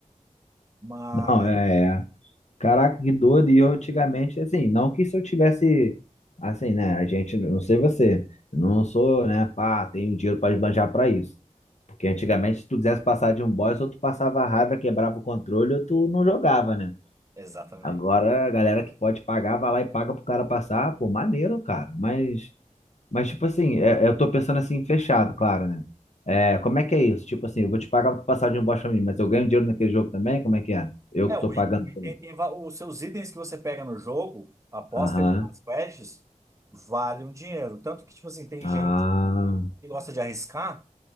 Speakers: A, on the right; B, on the left.
A: Mas,
B: não, é, é. Caraca, que doido. E eu antigamente, assim, não que se eu tivesse, assim, né? A gente, não sei você, eu não sou, né? Pá, tenho dinheiro pra esbanjar pra isso. Porque antigamente, se tu quisesse passar de um boss, ou tu passava raiva, quebrava o controle, ou tu não jogava, né?
A: exatamente.
B: Agora a galera que pode pagar, vai lá e paga pro cara passar. Pô, maneiro, cara. Mas, mas tipo assim, é- eu tô pensando assim, fechado, claro, né? É, como é que é isso? Tipo assim, eu vou te pagar pra passar de um bosta pra mim, mas eu ganho dinheiro naquele jogo também? Como é que é? Eu
A: É,
B: que
A: o
B: tô pagando
A: item, o item
B: por ele.
A: tem, va- os seus itens que você pega no jogo, após
B: Aham.
A: terminar as quests, valem um dinheiro. Tanto que, tipo assim, tem
B: Ah,
A: gente que que gosta de arriscar.